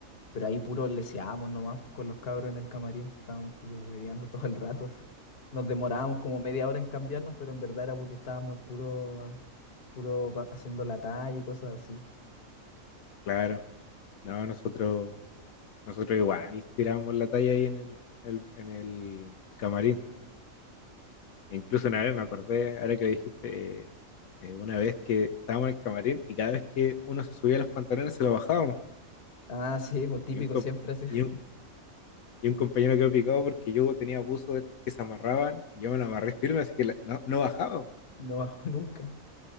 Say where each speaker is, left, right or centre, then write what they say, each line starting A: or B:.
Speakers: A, on the left (about 45°); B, on the left (about 80°).
A: Pero ahí puro leseábamos nomás, pues con los cabros en el camarín, estaban puro hueveando todo el rato. <laughs> Nos demorábamos como media hora en cambiarnos, pero en verdad era porque estábamos puro, puro pa- haciendo la talla y cosas así.
B: Claro, no, nosotros, nosotros igual tiramos la talla ahí en el, el- en el camarín. E incluso una vez me acordé, ahora que le dijiste, eh, eh, una vez que estábamos en el camarín y cada vez que uno se subía los pantalones se los bajábamos.
A: Ah, sí, pues típico,
B: Y un, com-
A: siempre así. <laughs>
B: y un, y
A: Sí,
B: un compañero quedó picado porque yo tenía buzos de estos que se amarraban y yo me lo amarré firme, así que la- no, no bajaba.
A: no bajó nunca.